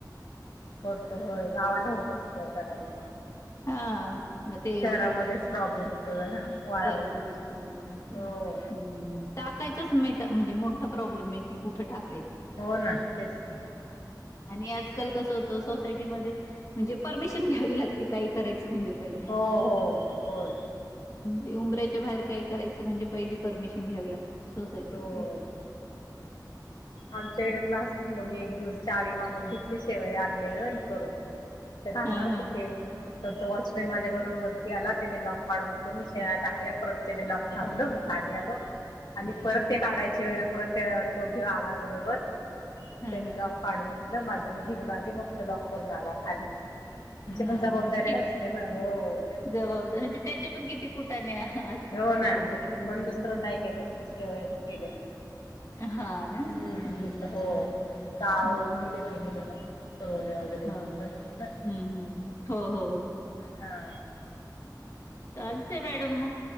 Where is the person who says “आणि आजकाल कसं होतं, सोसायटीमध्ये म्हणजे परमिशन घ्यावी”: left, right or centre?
Left